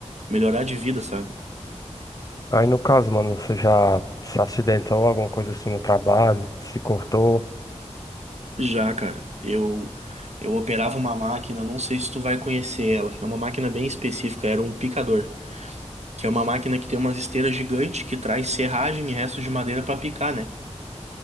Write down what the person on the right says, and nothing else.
melhorar de vida, sabe?
Já, cara, eu eu operava uma máquina, não sei se tu vai conhecer ela. É uma máquina bem específica, era um picador. que é uma máquina que tem umas esteiras gigantes que traz serragem e resto de madeira para picar, né?